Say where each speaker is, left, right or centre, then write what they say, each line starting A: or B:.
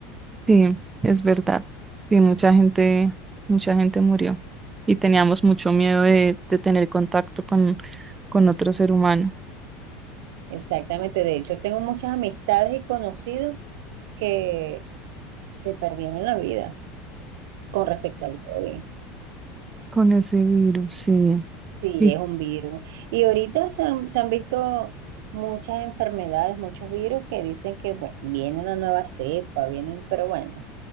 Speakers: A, on the right; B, on the right.
A: sí, es verdad. Sí, mucha gente, mucha gente murió y teníamos mucho miedo de, de tener contacto con, con otro ser humano.
B: Exactamente, de hecho, tengo muchas amistades y conocidos que se perdieron la vida con respecto al COVID.
A: Con ese virus, sí,
B: Sí,
A: y,
B: es un virus. Y ahorita se han, se han visto muchas enfermedades, muchos virus que dicen que bueno, viene una nueva cepa, vienen, pero bueno, o